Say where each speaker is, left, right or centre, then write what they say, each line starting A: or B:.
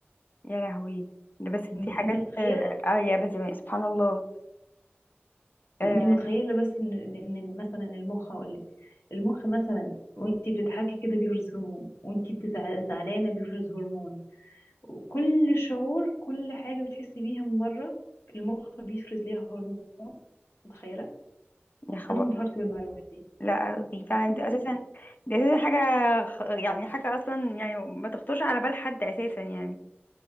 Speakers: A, on the left; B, on the left.
A: يا لهوي ده بس دي
B: انت
A: حاجات
B: انت متخيله
A: اه آه، يا بس يعني سبحان الله آه
B: انت متخيله بس ان ان إن مثلا المخ هقول لك المخ مثلا وانت بتضحكي كده بيفرز هرمون وانت بتزع- زعلانه بيفرز هرمون وكل شعور كل حاجه بتحسي بيها من بره المخ بيفرز ليها هرمون متخيله
A: يا خبر
B: انا انبهرت بالمعلومات دي
A: لا دي فعلا
B: لا
A: دي
B: لا
A: اساسا
B: لا،
A: دي اساسا حاجة خ- يعني حاجة اصلا يعني ما تخطرش على بال حد اساسا يعني